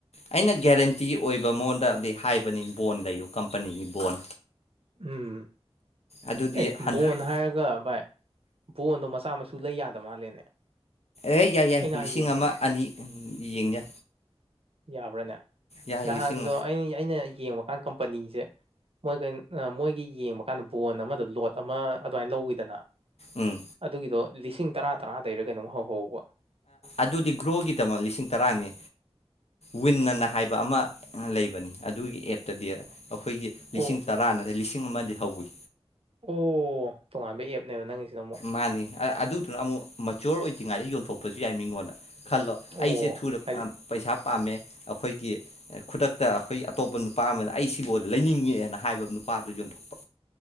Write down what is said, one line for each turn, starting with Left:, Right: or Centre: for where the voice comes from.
Left: ꯑꯩꯅ ꯒꯦꯔꯦꯟꯇꯤ ꯑꯣꯏꯕ ꯃꯉꯣꯟꯗꯗꯤ ꯍꯥꯏꯕꯅꯤ ꯕꯣꯟ ꯂꯩꯌꯨ ꯀꯝꯄꯅꯤꯒꯤ ꯕꯣꯟ
Right: ꯎꯝ
Left: ꯑꯗꯨꯗꯤ
Right: ꯑꯦ
Left: ꯍꯟꯗ꯭ꯔꯦꯠ
Right: ꯕꯣꯟ ꯍꯥꯏꯔꯒ ꯚꯥꯏ ꯕꯣꯟꯗꯣ ꯃꯆꯥ ꯃꯁꯨ ꯂꯩ ꯌꯥꯗ ꯃꯥꯜꯂꯦꯅꯦ
Left: ꯑꯦ ꯌꯥꯏ ꯌꯥꯏ
Right: ꯑꯩ ꯅꯍꯥꯟ
Left: ꯂꯤꯁꯤꯡ
Right: ꯌꯦꯡꯉꯝꯕꯅꯦ
Left: ꯑꯃ ꯑꯅꯤ ꯌꯦꯡꯖ
Right: ꯌꯥꯕ꯭ꯔꯥꯅꯦ
Left: ꯌꯥꯏ
Right: ꯅꯍꯥꯟꯗꯣ
Left: ꯂꯤꯁꯤꯡ
Right: ꯑꯩ ꯑꯩꯅ ꯌꯦꯡꯕ ꯀꯝꯄꯅꯤꯁꯦ ꯃꯣꯏꯒ ꯃꯣꯏꯒꯤ ꯌꯦꯡꯕ ꯀꯥꯟꯗ ꯕꯣꯟ ꯑꯃꯗ ꯂꯣꯠ ꯑꯃ ꯑꯗꯨꯃꯥꯏꯅ ꯂꯧꯋꯤꯗꯅ
Left: ꯎꯝ
Right: ꯑꯗꯨꯒꯤꯗꯣ ꯂꯤꯁꯤꯡ ꯇꯔꯥ ꯇꯔꯥꯗꯩꯔ ꯀꯩꯅꯣꯝ ꯍꯧꯍꯧꯕ
Left: ꯑꯗꯨꯗꯤ ꯒ꯭ꯔꯣꯒꯤꯗꯃꯛ ꯂꯤꯁꯤꯡ ꯇꯔꯥꯅꯤ ꯋꯤꯟꯅ ꯑꯅ ꯍꯥꯏꯕ ꯑꯃ ꯂꯩꯕꯅꯤ ꯑꯗꯨꯒꯤ ꯑꯦꯞꯇꯗꯤ ꯑꯩꯈꯣꯏꯒꯤ ꯂꯤꯁꯤꯡ
Right: ꯑꯣ
Left: ꯇꯔꯥ ꯅꯠꯇꯦ ꯂꯤꯁꯤꯡ ꯑꯃꯗꯩꯩ ꯍꯧꯏ
Right: ꯑꯣ ꯇꯣꯉꯥꯟꯕ ꯑꯦꯞꯅꯦꯕ ꯅꯪꯒꯤꯁꯤꯅ ꯑꯃꯨꯛ
Left: ꯃꯥꯅꯤ ꯑꯗꯨꯗꯨꯅ ꯑꯃꯨꯛ ꯃꯆꯣꯔ ꯑꯣꯏꯗ꯭ꯔꯤꯉꯩꯗ ꯌꯣꯟꯊꯣꯛꯄꯁꯨ ꯌꯥꯏ ꯃꯤꯉꯣꯟꯗ ꯈꯜꯂꯣ
Right: ꯑꯣ
Left: ꯑꯩꯁꯦ ꯊꯨꯅ
Right: ꯍꯥꯏꯗꯤ
Left: ꯄꯩꯁꯥ ꯄꯥꯝꯃꯦ ꯑꯩꯈꯣꯏꯒꯤ ꯈꯨꯗꯛꯇ ꯑꯩꯈꯣꯏ ꯑꯇꯣꯞꯄ ꯅꯨꯄꯥ ꯑꯃꯅ ꯑꯩ ꯁꯤꯕꯨꯣꯗ ꯂꯩꯅꯤꯡꯉꯦꯅ ꯍꯥꯏꯕ ꯅꯨꯄꯥꯗꯨ ꯌꯣꯟꯊꯣꯛꯄ